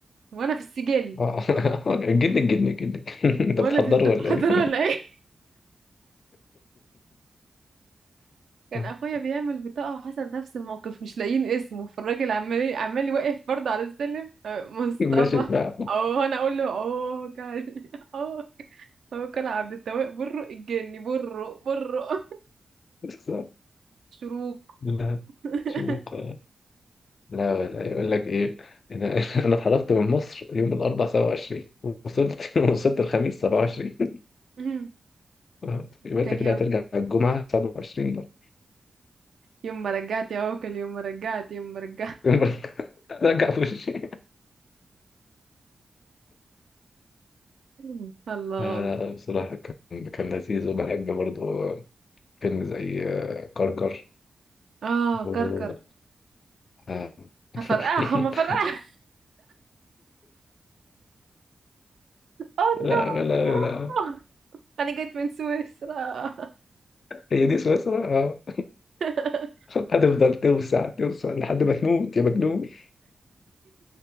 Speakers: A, on the right; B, on the left.
A: وانا في السجل
B: اه <laughs> جنك جنك جنك <laughs> انت
A: وانا
B: بتحضره
A: في استفحضر
B: ولا ايه
A: ولا ايه كان
B: <laughs>
A: اخويا بيعمل بطاقه وحصل نفس الموقف مش لاقيين اسمه فالراجل عمال عمال واقف برضه على السلم آه، مصطفى
B: ماشي بقى
A: او انا اقول له اوه كان <laughs> اوه هو كان عبد التواب برو الجني برو برو <laughs>
B: بالظبط
A: شروق
B: <laughs> لا
A: <laughs>
B: شروق لا لا يقول لك ايه انا <laughs> انا اتحركت من مصر يوم الاربعاء 27 وصلت <laughs> وصلت الخميس 27
A: مم.
B: <laughs> يبقى
A: كان
B: انت كده
A: يوم
B: هترجع الجمعه 27 بقى
A: يوم ما رجعت يا عوكل يوم ما رجعت يوم ما رجعت
B: <laughs> رجع في وشي <laughs>
A: <laughs> الله
B: آه، بصراحة كان كان لذيذ وبحب برضه فيلم زي آه، كركر
A: اه
B: و...
A: كركر
B: آه،
A: هفرقعهم
B: <laughs>
A: هفرقعهم <laughs> اوه
B: لا لا لا
A: نو انا جيت من سويسرا
B: هي دي سويسرا آه،
A: <laughs>
B: هتفضل توسع توسع لحد ما تموت يا مجنون